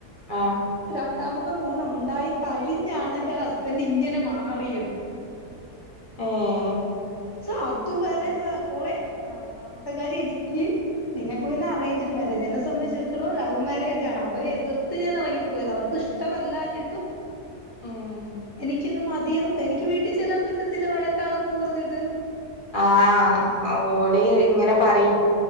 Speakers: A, on the left; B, on the left.
A: ആഹ്
B: രണ്ടാമ മത്തെ മോനുണ്ടായി കഴിഞ്ഞാണ് എൻ്റെ ഹസ്ബൻ്റ് ഇങ്ങനെ മാറിയത്
A: ഏഹ്
B: ക്ഷെ അതുവരെ കൊറെ ഒന്നാമത്തെ കാര്യം എനിയ്ക്ക് നിങ്ങൾക്ക് പിന്നെ അറെയ്ഞ്ചിട് മാരേജ എന്നെ സംബന്ധിച്ചെടത്തോളം ലൗ മാരേജാണ്
A: ഉം
B: അവരെ എതിർത്ത് ഞാൻ എറങ്ങിപ്പോയത അവർക്ക് ഇഷ്ടവല്ലാഞ്ഞിട്ടും
A: ഉം
B: എനിയ്ക്കിത് മതിയെന്നും എനിയ്ക്ക് വീട്ടി ചെല്ലാൻ പറ്റത്തില്ല വഴക്കാണെന്നും പറഞ്ഞിട്ട്
A: ആഹഓൽ ഇങ്ങനെ പറിം